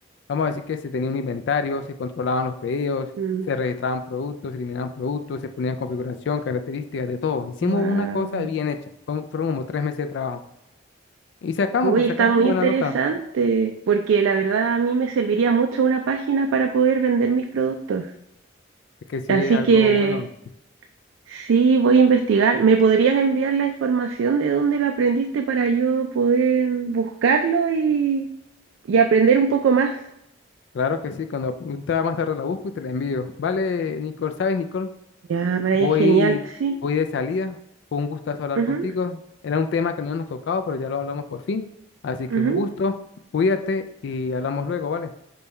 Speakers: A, on the left; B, on the right.
A: vamos a decir que se tenía un inventario, se controlaban los pedidos,
B: mm,
A: se registraban productos, se eliminaban productos, se ponían configuración, características, de todo. Hicimos
B: wow.
A: una cosa bien hecha. fue- Fueron como tres meses de trabajo. Y sacamos,
B: Uy,
A: pues
B: está
A: sacamos
B: muy
A: buena
B: interesante,
A: nota,
B: porque la verdad a mí me serviría mucho una página para poder vender mis productos.
A: que sí
B: Así
A: es algo
B: que
A: bueno
B: sí, voy a investigar. ¿Me podrías enviar la información de dónde lo aprendiste para yo poder buscarlo y, y aprender un poco más?
A: Claro que sí, cuando estaba más tarde la busco y te la envío. Vale, Nicole, ¿sabes, Nicole?
B: Ya, Brian,
A: Voy,
B: genial, sí.
A: voy de salida. Fue un gustazo hablar
B: Ujú,
A: contigo. Era un tema que no nos tocaba, pero ya lo hablamos por fin. Así que
B: ujú.
A: un gusto. Cuídate y hablamos luego, ¿vale?